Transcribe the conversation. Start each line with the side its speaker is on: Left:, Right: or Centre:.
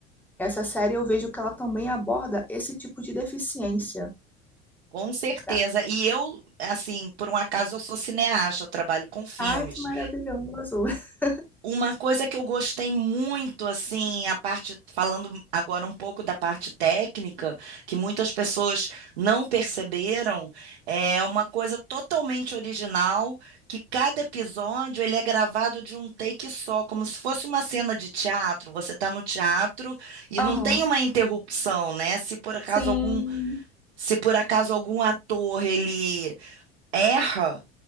Centre: Essa série eu vejo que ela também aborda esse tipo de deficiência.
Right: Com certeza.
Centre: tá?
Right: E eu, assim, por um acaso eu sou cineasta, eu trabalho com filmes.
Centre: Ai, que maravilhoso. <laughs>
Right: Uma coisa que eu gostei muito, assim, a parte, falando agora um pouco da parte técnica, que muitas pessoas não perceberam, é uma coisa totalmente original, que cada episódio ele é gravado de um take só, como se fosse uma cena de teatro. Você está no teatro e
Centre: Aham.
Right: não tem uma interrupção, né? Se por acaso
Centre: Sim.
Right: algum, se por acaso algum ator ele erra,